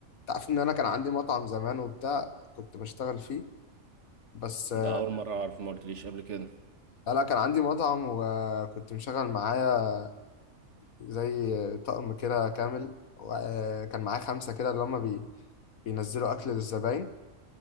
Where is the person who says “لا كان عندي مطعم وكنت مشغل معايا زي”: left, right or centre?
Left